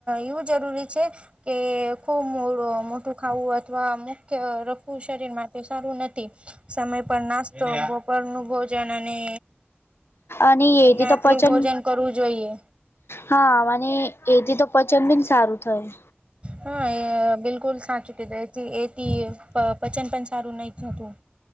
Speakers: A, on the right; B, on the left.
A: એવું જરૂરી છે. કે ખૂબ મોડું મોટું ખાવું અથવા મુખ્ય રખવું શરીર માટે સારું નથી સમય પર નાસ્તો, બપોર નું ભોજન અન અને
B: અને એથી
A: રાત્રું
B: તો પચન
A: ભોજન કરવું જોઈએ.
B: હા અવને એથી તો પચન બીન સારું થાય.
A: હા એ બિલકુલ સાચું કીધ એથી પચન પણ સારું નહી થતું.